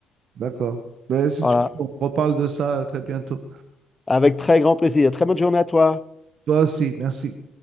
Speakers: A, on the right (about 65°); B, on the left (about 20°).
A: D'accord. Ben, si
B: Voilà,
A: tu veux, on reparle de ça très bientôt.
B: avec très grand plaisir. Très bonne journée à toi.
A: Toi aussi, merci.